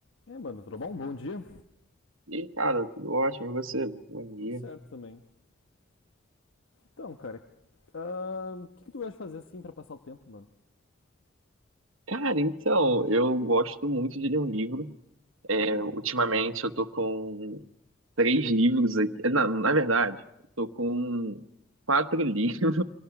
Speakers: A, on the left (about 75°); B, on the right (about 80°).
A: É, mano, tudo bom? Bom dia.
B: E aí, cara, tudo ótimo, e você? Bom
A: Tudo
B: dia.
A: certo também. Então, cara, ahn, o que que tu gosta de fazer assim pra passar o tempo, mano?
B: Cara, então, eu gosto muito de ler um livro. É,
A: Hum,
B: ultimamente eu tô com três livros aqui. É, Na, na verdade, eu tô com quatro <laughs> livros.